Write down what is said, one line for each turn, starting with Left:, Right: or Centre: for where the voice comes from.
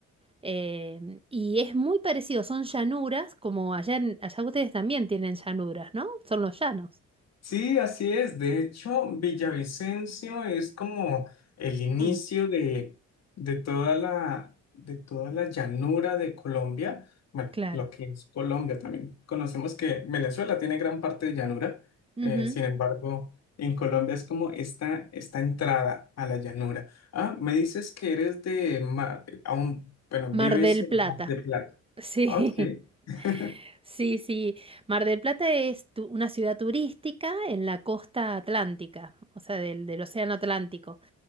Right: Eh, y es muy parecido, son llanuras, como allá, en- allá ustedes también tienen llanuras, ¿no? Son los llanos.
Left: Sí, así es. De hecho, Villavicencio es como el inicio
Right: Ujú,
Left: de, de toda la, de toda la llanura de Colombia. Bueno,
Right: Claro.
Left: lo que es Colombia también. Conocemos que Venezuela tiene gran parte de llanura.
Right: Ujú.
Left: eh, sin embargo, en Colombia es como esta, esta entrada a la llanura. Ah, me dices que eres de Mar, aún, bueno,
Right: Mar
Left: vives
Right: del
Left: en
Right: Plata.
Left: Mar de Plata.
Right: Sí.
Left: Ah, Ok.
Right: <laughs>
Left: <laughs>
Right: Sí, sí. Mar del Plata es tu- una ciudad turística en la costa atlántica, o sea, del, del océano Atlántico.